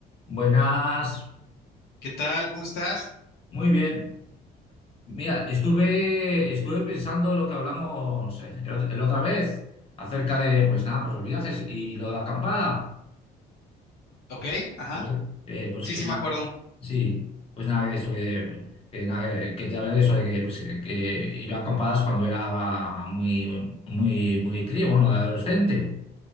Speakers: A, on the left; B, on the left.
A: Buenas,
B: ¿Qué tal? ¿Cómo estás?
A: muy bien. Mira, estuve, estuve pensando lo que hablamos eh, el ot- el otra vez acerca de, pues nada, pues los viajes y lo de la acampada.
B: Ok, ajá.
A: Pero sí, eh, pues
B: Sí,
A: que
B: sí
A: nada,
B: me acuerdo.
A: sí, pues nada, que eso que, que nada, que que te hablé de eso de que, pues, eh, que iba a acampadas cuando era muy, muy, muy crío, bueno, de adolescente.